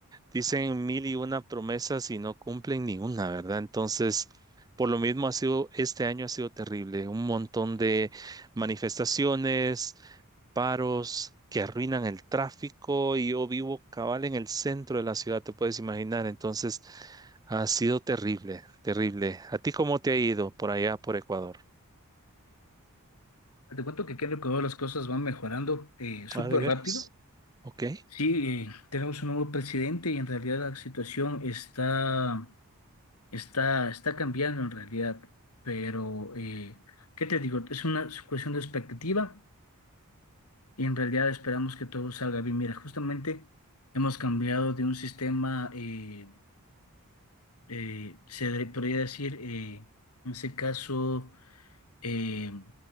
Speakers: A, on the right; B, on the left.
A: dicen mil y una promesas y no cumplen ni una, ¿verdad? Entonces, por lo mismo ha sido, este año ha sido terrible. Un montón de manifestaciones, paros que arruinan el tráfico y yo vivo cabal en el centro de la ciudad, te puedes imaginar. Entonces, ha sido terrible, terrible. ¿A ti cómo te ha ido por allá, por Ecuador?
B: Te cuento que aquí en el Ecuador las cosas van mejorando eh, súper
A: Ah, de veras.
B: rápido.
A: Ok.
B: Sí, eh, tenemos un nuevo presidente y en realidad la situación está, está, está cambiando en realidad. Pero, eh, ¿qué te digo? Es una cuestión de expectativa y en realidad esperamos que todo salga bien. Mira, justamente hemos cambiado de un sistema, eh, eh, se podría decir, eh, en ese caso eh,